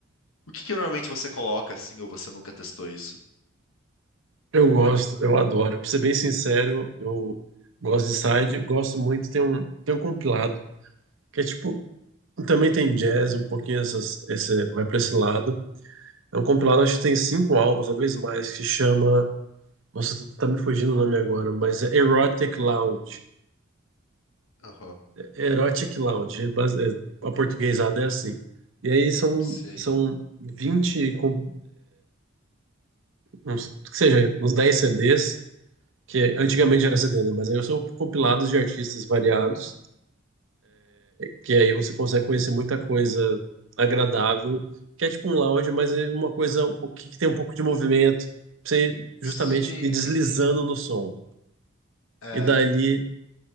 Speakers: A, on the left; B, on the right.
A: O que que normalmente você coloca, assim, ou você nunca testou isso?
B: Eu gosto, eu adoro. Pra ser bem sincero, eu gosto de side, gosto muito. Tem um, tem um compilado que é tipo. Também tem jazz, um pouquinho essas, esse, vai pra esse lado. É um compilado, acho que tem cinco álbuns, talvez mais, que se chama. Nossa, tu tá me fugindo o nome agora, mas é Erotic Lounge.
A: Aham.
B: Erotic Lounge, é base- é- a portuguesada é assim. E aí são,
A: Sim.
B: são 20 com, uns, que seja, uns 10 CDs, que antigamente era CD, né? Mas aí são compilados de artistas variados, que aí você consegue conhecer muita coisa agradável, que é tipo um lounge, mas é uma coisa um pouco- que tem um pouco de movimento, pra você justamente
A: Sim,
B: ir deslizando
A: sim.
B: no som.
A: É,
B: E dali